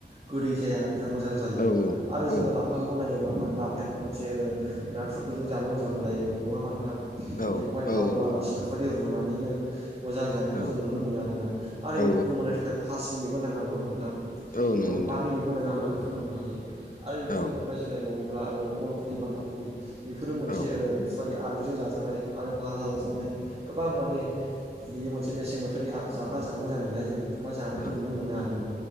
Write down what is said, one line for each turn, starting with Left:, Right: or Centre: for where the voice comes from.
Right: गोदै जाया आरोना मोजां जायो
Left: औ
Right: आरो जोङो
Left: औ
Right: लाफाखौबो नायोबा मा लाफाया मोनसे ओ नाथुरफोरजों जानो मोजां मोनजायो। नङा होनबा नोथां?
Left: औ
Right: बेखौहाय थाव
Left: औ
Right: होलासिन
Left: नंगौ
Right: बेफोरबायदि रुनानैनो मोजां जानायखौ
Left: नोंथां
Right: जों नुनो मोनो आरोना आरो
Left: औ
Right: बेखौ फोमोनो थाखाय फास मिनिटबो नङा। होनबा नोंथां?
Left: औ
Right: बेखौ
Left: नंगौ नोंथां
Right: बा मिनिटबो नाङा होनब्लानो फोमोननो हायो। आरो बेफोरनि
Left: औ
Right: अनगायै जों नायबावोब्ला ओ अलकबि बान्दाकबि बेफोरो मोनसे
Left: औ
Right: ओ बेफोरबायदि आलुजों जाजानाय आरो भाजा जाजानाय गोबां माने बियो मोनसे मेसें बोथोरनि आ जाग्रा जामुं जानायलाय जोङो बेखौहाय जानायखौ
Left: औ
Right: नुनो मोनो आरोना।